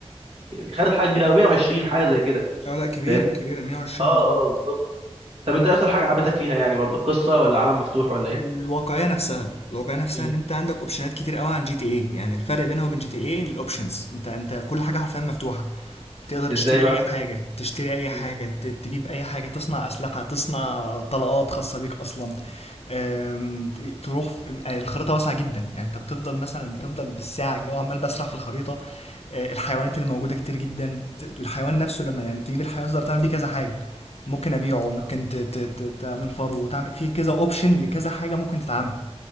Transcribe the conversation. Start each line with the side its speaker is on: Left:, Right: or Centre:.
Right: خدت حاجه كبيره قوي 120 حاجه زي كده
Left: اه لا كبير
Right: فاهمني
Left: كبيرة 120
Right: اه
Left: مظبوط
Right: اه بالظبط طب انت إيه اكتر حاجه عجبتك فيها يعني برضه القصه ولا عالم مفتوح ولا ايه
Left: الواقعيه نفسها الواقعيه نفسها
Right: مم.
Left: ان انت عندك اوبشنات كتير قوي عن جي تي اي يعني الفرق بينها وبين جي تي اي الاوبشنز انت انت كل حاجه حرفيا مفتوحه تقدر
Right: ازاي
Left: تشتري
Right: بقى
Left: اي حاجه تشتري اي حاجه
Right: مم.
Left: ت- تجيب اي حاجه تصنع اسلحه تصنع طلقات خاصه بيك اصلا أم، ت- تروح في- م- الخريطه واسعه جدا يعني انت بتفضل مثلا بتفضل بالساعه كده وعمال بسرح في الخريطه أه، الحيوانات اللي موجوده كتير جدا الحيوان نفسه لما يعني تجيب الحيوان تقدر تعمل بيه كذا حاجه ممكن ابيعه ممكن
Right: آه،
Left: ت- ت- ت- تعمل فرو وتعمل في كذا اوبشن لكذا حاجه ممكن تتعمل